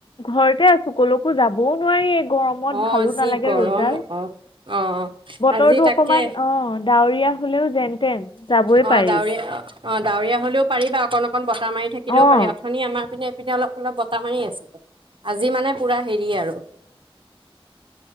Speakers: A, on the left (about 55°); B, on the right (about 60°).
A: ঘৰতে আছো ক'লৈকো যাবও নোৱাৰি গৰমত
B: আহ
A: ভালো
B: যি
A: নালাগে
B: গৰম
A: ৰ'দডাল
B: আহ আহ
A: বতৰটো
B: আজি
A: অকণমান
B: তাকে
A: অঁ ডাৱৰীয়া হ'লেও যেন তেন যাবই
B: অ',
A: পাৰি
B: ডাৱৰীয়া অ-অ, ডাৱৰীয়া হলেও পাৰি বা অকণ-অকণ বতাহ মাৰি থাকিলেও
A: অঁ
B: পাৰি অথনি আমাৰ পিনে পিনে অলপ-অলপ বতাহ মাৰি আছিল। আজি মানে পুৰা হেৰি আৰু।